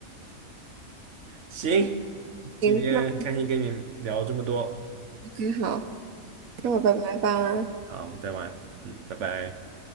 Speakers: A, on the right; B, on the right.
A: 行，
B: 行，
A: 今天很开心跟你聊这么多。
B: 那 OK，好，那我拜拜吧。
A: 嗯，好，我们再玩。嗯，拜拜。